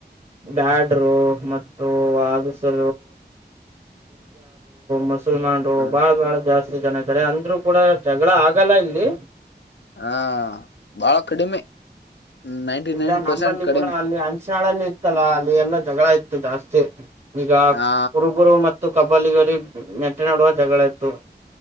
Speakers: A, on the right (about 40°); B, on the left (about 85°).
A: ಬ್ಯಾಡರು ಮತ್ತು <unintelligible> <unintelligible> ಮುಸಲ್ಮಾನ್ರು
B: ಹ
A: <unintelligible> ಬಾಳ ಜಾಸ್ತಿ ಜನ ಇದಾರೆ ಅಂದ್ರು ಕೂಡ ಜಗಳ ಆಗಲ್ಲ ಇಲ್ಲಿ
B: ಹಾ ಬಾಳ ಕಡಿಮೆ ನೈಂಟಿ
A: ಇಲ್ಲ
B: ನೈನ್
A: ನಂಬಲ್ಲಿ
B: ಪರ್ಸೆಂಟ್ ಕಡಿಮೆ.
A: ಕೂಡ <unintelligible> ಇತ್ತಲ್ಲ ಅಲ್ಲಿ ಎಲ್ಲ ಜಗಳ ಇತ್ತು ಜಾಸ್ತಿ ಈಗ
B: ಹಾ
A: ಕುರುಬುರು ಮತ್ತು <unintelligible> ನೆಟ್ಟ ನಡುವ ಜಗಳ ಇತ್ತು